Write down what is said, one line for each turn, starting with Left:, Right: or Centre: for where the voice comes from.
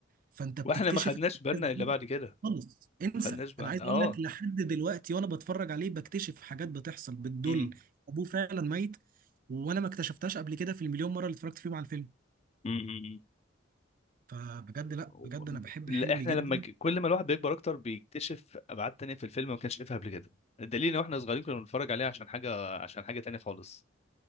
Right: فانت بتكتشف
Left: واحنا ما خدناش
Right: الأحداث
Left: بالنا الا
Right: دي
Left: بعد كده
Right: خالص انسى
Left: ما خدناش بالنا
Right: انا عايز اقول
Left: اه
Right: لك لحد دلوقتي وانا بتفرج عليه بكتشف حاجات بتحصل بتدل
Left: امم
Right: ابوه فعلا ميت وانا ما اكتشفتهاش قبل كده في المليون مره اللي اتفرجت فيهم على الفيلم
Left: امم
Right: فبجد لا
Left: و-
Right: بجد انا بحب
Left: لا،
Right: حلمي
Left: احنا
Right: جدا
Left: لما ج- كل ما الواحد بيكبر اكتر بيكتشف ابعاد تانية في الفيلم ما كانش شايفها قبل كده الدليل ان احنا صغيرين كنا بنتفرج عليه عشان حاجه عشان حاجه تانية خالص